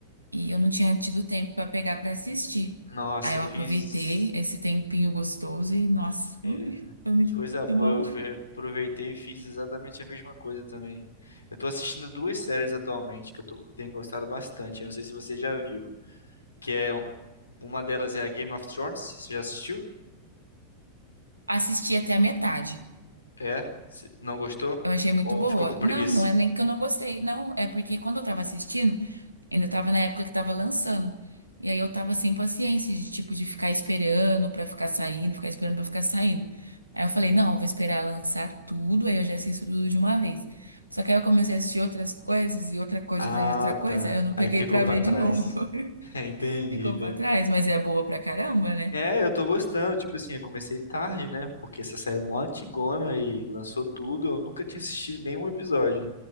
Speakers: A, on the right; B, on the left.
A: e eu não tinha tido tempo pra pegar pra assistir.
B: Nossa,
A: Aí eu
B: eu
A: aproveitei
B: fiz...
A: esse tempinho gostoso e, nossa,
B: é,
A: ui, foi muito
B: que coisa boa,
A: bom.
B: eu fe- aproveitei e fiz exatamente a mesma coisa também. Eu tô assistindo duas séries atualmente que eu tô... tenho gostado bastante, eu não sei se você já viu. Que é... um, Uma delas é a Game of Thrones, você já assistiu?
A: Assisti até a metade.
B: É? Se- Não gostou?
A: Eu achei muito
B: Ou
A: boa.
B: ficou com preguiça?
A: Não, não é nem que eu não gostei. Não, é porque quando eu tava assistindo, ainda tava na época que tava lançando. E aí eu tava sem paciência de tipo de ficar esperando pra ficar saindo, ficar esperando pra ficar saindo. Aí eu falei, não, eu vou esperar lançar tudo, aí eu já assisto tudo de uma vez. Só que aí eu comecei a assistir outras coisas e outra coisa
B: Ah,
A: atrás de outra coisa,
B: tá.
A: aí eu não peguei
B: Aí ficou
A: pra
B: pra
A: ver
B: trás.
A: de novo. <laughs>
B: <laughs> Entendi,
A: Ficou
B: entendi.
A: pra trás, mas é boa pra caramba, né?
B: É, eu tô gostando. Tipo assim, eu comecei tarde, né? Porque essa série é mó antigona e lançou tudo. Eu nunca tinha assistido nenhum episódio.